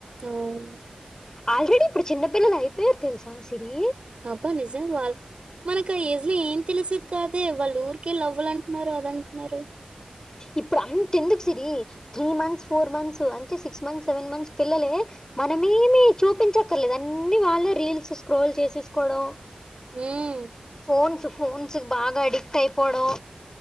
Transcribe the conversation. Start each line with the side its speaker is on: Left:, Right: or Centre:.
Right: అవును.
Left: ఆల్రెడీ ఇప్పుడు చిన్నపిిల్లలు అయిపోయారు తెలుసా సిరి
Right: అబ్బా నిజం వాళ్ మనకు ఆ ఏజ్ ఏం తెలిసేది కాదే వాళ్ళ ఊరికే లవ్వులు అంటున్నారు అద అంటున్నారు
Left: ఇప్పుడు అంత ఎందుకు Siri three months four months అంటే సిక్స్ మంత్స్ సెవెన్ మంత్స్ పిల్లలే మనమేమి చూపించక్కర్లేదు అన్నిీ వాళ్ళే రీల్స్ స్క్రోల్ చేసేసుకోవడం
Right: హ్మ్.
Left: ఫోన్స్ ఫోన్స్ బాగా అడిక్ట్ అయిపోవడం